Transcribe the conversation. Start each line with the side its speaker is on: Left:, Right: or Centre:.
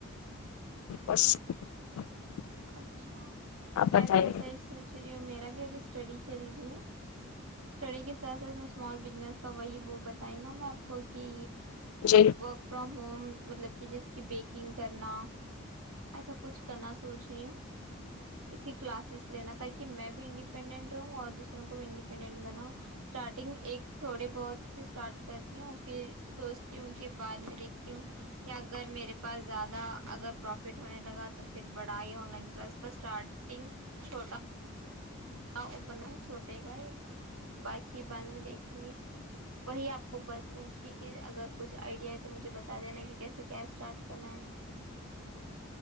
Left: <unintelligible>
Right: اچھا
Left: آپ بتائیے
Right: میں بھی ایسا ہی سوچ رہی ہوں میرا بھی ابھی اسٹڈی چل رہی ہے اسٹڈی کے ساتھ ساتھ میں اسمال بزنس کا وہی ب بتائی نا میں آپ کو کہ
Left: جی
Right: ورک فرام ہوم مطلب کہ جیسے کہ بیکنگ کرنا ایسا کچھ کرنا سوچ رہی ہوں اس کی کلاسز لینا تاکہ میں بھی انڈیپینڈنٹ رہوں اور دوسروں کو بھی انڈیپینڈنٹ بناؤں اسٹارٹنگ ایک تھوڑے بہت اسٹارٹ کرتی ہوں پھر سوچتی ہوں کہ بعد میں دیکھتی ہوں کہ اگر میرے پاس زیادہ اگر پروفٹ ہونے لگا تو پھر بڑائی آن لائن پلس پر اسٹارٹنگ چھوٹا اوپن ہے چھوٹے کا باقی بعد میں دیکھیں گے وہی آپ کو پوچھی کہ اگر کچھ آئیڈیا ہے تو مجھے بتا دینا کہ کیسے کیا اسٹارٹ کرنا ہے